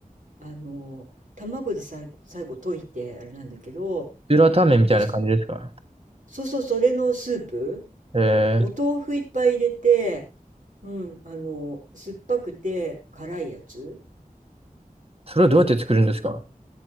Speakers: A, on the right; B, on the right.
A: あの、卵で最後、最後溶いて、あれなんだけど、
B: ピューラータンメンみたいな感じですか。
A: お酢、そうそう、それのスープ、
B: ええ
A: お豆腐いっぱい入れて、うん、あの、酸っぱくて辛いやつ。
B: それはどうやって作るんですか